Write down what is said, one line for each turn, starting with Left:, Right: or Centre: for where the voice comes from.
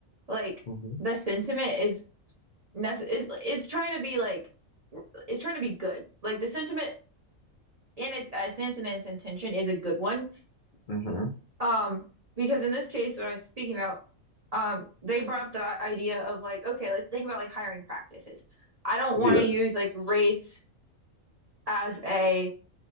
Right: like
Left: hmm
Right: the sentiment is nece- is is trying to be like it's trying to be good. Like the sentiment in its essence and its intention is a good one.
Left: hmm
Right: Um, because in this case, what I was speaking about, um, they brought up the i- idea of like, okay, let's think about like hiring practices. I don't
Left: Yes.
Right: want to use like race as a